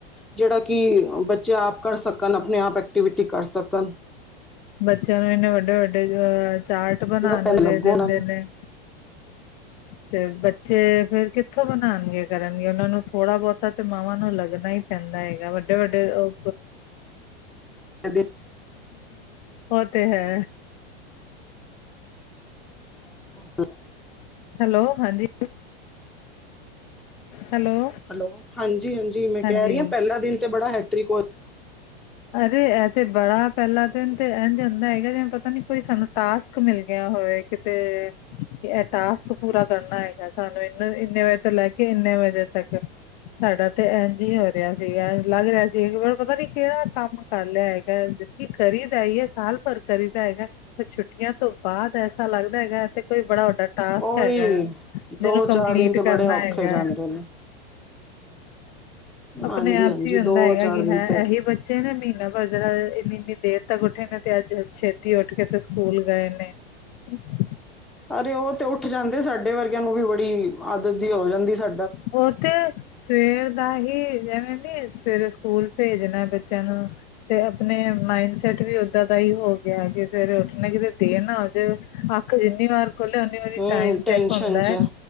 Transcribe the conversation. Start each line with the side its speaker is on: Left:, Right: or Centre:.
Centre: ਜੇੜਾ ਕਿ ਬੱਚੇ ਆਪ ਕਰ ਸਕਣ ਆਪਣੇ ਆਪ ਐਕਟੀਵਿਟੀ ਕਰ ਸਕਣ।
Left: ਬੱਚਿਆਂ ਨੂੰ ਇੰਨੇ ਵੱਡੇ-ਵੱਡੇ ਅ ਚਾਰਟ ਬਨਾਣ
Centre: ਪੈਨ
Left: ਨੂੰ ਦੇ
Centre: ਲੱਗੋ
Left: ਦਿੰਦੇ
Centre: ਉਹਨਾਂ
Left: ਨੇ। ਤੇ ਬੱਚੇ ਫੇਰ ਕਿੱਥੋਂ ਬਣਾਣਗੇ ਕਰਨਗੇ ਉਹਨਾਂ ਨੂੰ ਥੋੜਾ ਬਹੁਤਾ ਤੇ ਮਾਵਾਂ ਨੂੰ ਲੱਗਣਾ ਹੀ ਕਹਿੰਦਾ ਹੈਏਗਾ ਵੱਡੇ-ਵੱਡੇ ਉਹ
Centre: ਕਦੇ
Left: ਉਹ ਤੇ ਹੈ
Centre: <inaudible>
Left: ਹੈਲੋ ਹਾਂਜੀ ਹੈਲੋ
Centre: ਹੈਲੋ ਹਾਂਜੀ-ਹਾਂਜੀ ਮੈਂ ਕਹਿ
Left: ਹਾਂਜੀ
Centre: ਰਹੀ ਹਾਂ ਪਹਿਲਾ ਦਿਨ ਤੇ ਬੜਾ ਹੈਟ੍ਰਿਕ
Left: ਅਰੇ ਇਹ ਤੇ ਬੜਾ ਪਹਿਲਾ ਦਿਨ ਤੇ ਇਝ ਹੁੰਦਾ ਹੈਗਾ ਜਿਵੇਂ ਪਤਾ ਨੀ ਕੋਈ ਸਾਨੂੰ ਟਾਸਕ ਮਿਲ ਗਿਆ ਹੋਵੇ ਕਿ ਤੇ ਇਹ ਟਾਸਕ ਪੂਰਾ ਕਰਨਾ ਹੈਗਾ ਸਾਨੂੰ ਇਨ ਇੰਨੇ ਵਜੇ ਤੋਂ ਲੈ ਕੇ ਇੰਨੇ ਵਜੇ ਤੱਕ ਸਾਡਾ ਤੇ ਇੰਝ ਹੀ ਹੋ ਰਿਹਾ ਸੀਗਾ ਲੱਗ ਰਿਹਾ ਸੀਗਾ ਕਿ ਪਤਾ ਨੀ ਕਿਹੜਾ ਕੰਮ ਕਰ ਲਿਆ ਹੈਗਾ ਜਦ ਕੀ ਕਰੀ ਦਾ ਹੀ ਹੈ ਸਾਲ ਭਰ ਕਰੀ ਦਾ ਹੈਗਾ ਤੇ ਛੁੱਟੀਆਂ ਤੋਂ ਬਾਅਦ ਐਸਾ ਲੱਗਦਾ ਹੈਗਾ ਤੇ ਕੋਈ ਬੜਾ ਵੱਡਾ ਟਾਸਕ
Centre: ਉਹੀ
Left: ਹੈਗਾ
Centre: ਦੋ
Left: ਜਿਹਨੂੰ
Centre: ਚਾਰ
Left: ਕੰਪਲੀਟ
Centre: ਦਿਨ ਤੇ ਬੜੇ
Left: ਕਰਨਾ
Centre: ਔਖੇ
Left: ਹੈਗਾ
Centre: ਜਾਂਦੇ ਨੇ
Left: ਆਪਣੇ
Centre: ਹਾਂਜੀ
Left: ਆਪ
Centre: ਹਾਂਜੀ
Left: ਚ ਹੀ ਹੁੰਦਾ
Centre: ਦੋ
Left: ਹੈਗਾ
Centre: ਚਾਰ
Left: ਕਿ
Centre: ਦਿਨ
Left: ਹੈ
Centre: ਤੇ
Left: ਇਹੀ ਬ ਮਹੀਨਾ ਭਰ ਜਿਹੜਾ ਇੰਨੀ-ਇੰਨੀ ਦੇਰ ਤੱਕ ਉੱਠੇ ਨੇ ਤੇ ਅੱਜ ਛੇਤੀ ਉੱਠ ਕੇ ਤੇ ਸਕੂਲ ਗਏ ਨੇ <inaudible>
Centre: ਅਰੇ ਉਹ ਤੇ ਉੱਠ ਜਾਂਦੇ ਸਾਡੇ ਵਰਗਿਆਂ ਨੂੰ ਵੀ ਬੜੀ ਆਦਤ ਜਿਹੀ ਹੋ ਜਾਂਦੀ ਸਾ
Left: ਉਹ ਤੇ ਸਵੇਰ ਦਾ ਹੀ ਐਵੇਂ ਨੀ ਸਵੇਰੇ ਸਕੂਲ ਭੇਜਣਾ ਬੱਚਿਆਂ ਨੂੰ ਤੇ ਆਪਣੇ ਮਾਇਡ ਸੈਟ ਵੀ ਓਦਾਂ ਦਾ ਹੀ ਹੋ ਗਿਆ ਕਿ ਸਵੇਰੇ ਉੱਠਣਾ ਕਿਤੇ ਦੇਰ ਨਾ ਹੋਜੇ ਕੀ ਜਿੰਨੀ ਵਾਰ ਖੋਲੇ ਉਨੀ ਵਾਰੀ
Centre: ਹਮ
Left: ਟਾਈਮ
Centre: ਟੈਨਸ਼ਨ
Left: ਚੈੱਕ ਹੁੰਦਐ
Centre: ਚ